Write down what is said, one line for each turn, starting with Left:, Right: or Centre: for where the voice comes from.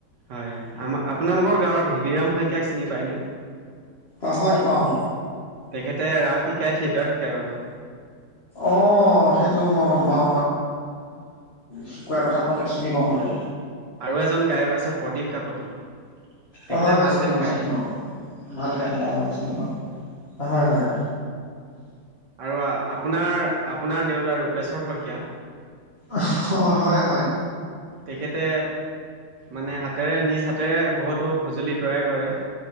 Right: হয়, আমাৰ আপোনালোকৰ গাঁৱৰ ভিবিৰাম শইকীয়াক চিনি পায়নে?
Left: অ' হয় পাওঁ।
Right: তেখেতে ৰাস শিকাই, থিয়েটাৰ শিকায় বাৰু।
Left: অ', সেইটো মই গম পাওঁ, শিকোৱাৰ কথা মই তাক চিনি পাওঁ বাৰু।
Right: আৰু এজন গায়ক আছে প্ৰদীপ কাকতি। তেখেতে
Left: অ হয় হয়
Right: ভাল
Left: চিনি
Right: গান
Left: পাওঁ,
Right: গায়
Left: চিনি পাওঁ ভাল গান গায় হয় চিনি পাওঁ। হয় হয় অ
Right: আৰু আপোনাৰ আপোনাৰ দেউতা ৰূপেশ্বৰ শইকীয়া।
Left: অ', হয়, হয়।
Right: তেখেতে মানে হাতেৰে নিজ হাতেৰে বহুতো সঁজুলি তৈয়াৰ কৰে।